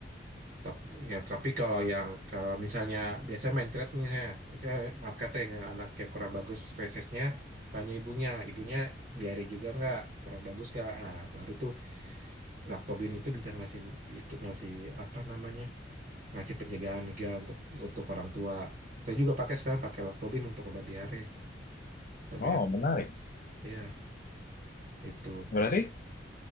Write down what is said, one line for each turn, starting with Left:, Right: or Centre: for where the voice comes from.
Right: Tap- Ya, tapi kalau yang kalau misalnya biasanya main trade misalnya, saya maaf kata yang anaknya kurang bagus spesiesnya, tanya ibunya, ibunya diare juga nggak kurang bagus nggak, nah, baru tuh Lactobin itu bisa ngasih itu ngasih apa namanya ngasih penjagaan juga untuk untuk orang tua. Saya juga pakai sekarang pakai Lactobin untuk obat diare, tapi
Left: Oh, menarik.
Right: ya itu.
Left: Berarti